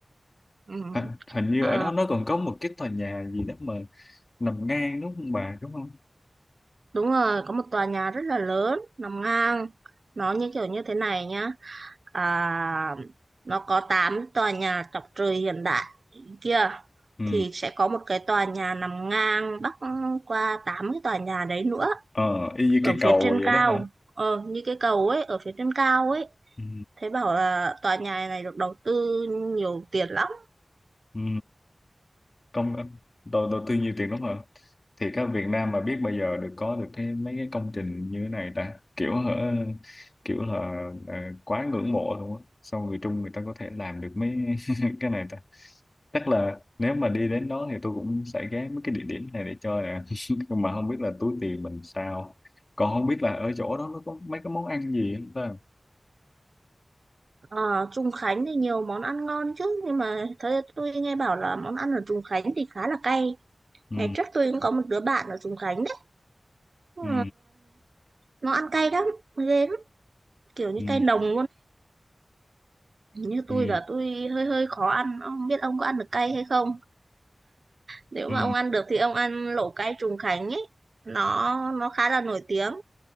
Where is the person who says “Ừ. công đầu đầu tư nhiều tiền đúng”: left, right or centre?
Left